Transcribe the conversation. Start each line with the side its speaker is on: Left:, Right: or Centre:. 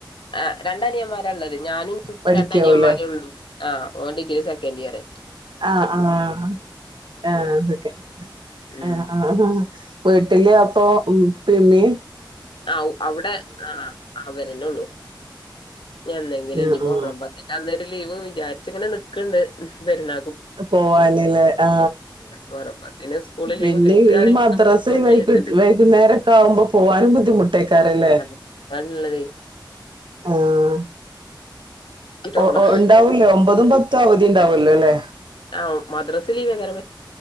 Left: ആ രണ്ട അനിയന്മാർ ള്ളത് ഞാനും
Right: പഠിക്കാവൂലേ
Left: രണ്ടനിയന്മാരേ ഉള്ളു. ആ ഓൻ ഡിഗ്രി സെക്കൻഡ് ഇയറ്
Right: ആഹ് ആഹ് ആഹ് ന്നെ ക്കെ
Left: ഉം
Right: ആഹ് ആഹ് ഹാ <inaudible> വീട്ട്ല് അപ്പൊ ഉം ഇപ്പീയിമ്മിം
Left: ആ ഔടെ ആ അവരെന്നെള്ളു. ഇഞെന്നെങ്കിലും
Right: ആഹ്
Left: ഇഞ് മൊഹറം പത്തിന്റന്ന് ഒരു ലീവ് വിചാരിച്ച്ങ്ങെനെ ന്ക്ക്ണ്ട് പെര്ന്നാ
Right: അഹ് പോവാനിലേ ആ
Left: മുഹറം പത്തിന് സ്കൂള്
Right: പിന്നെ
Left: ലീവ് കിട്ടാണെങ്കി
Right: ഈ മദ്രസൊയിവായി
Left: അന്ന് പോയി പോരാന്ന് വിചാരിച്ച്ണ്ട്
Right: കിട്ട് വൈകുന്നേരക്കാവുമ്പോ പോവാ ന്നാലും ബുദ്ധിമുട്ടേക്കാരലേ?
Left: അതാണ്ള്ളതേ
Right: ആഹാ
Left: ട്ടോണം
Right: ഓ ഒണ്ടാവൊല്ലോ ഒമ്പതും പത്തും അവധിണ്ടാവല്ലോ ല്ലേ?
Left: ആഹ് മദ്രസ് ലീവേക്കാരം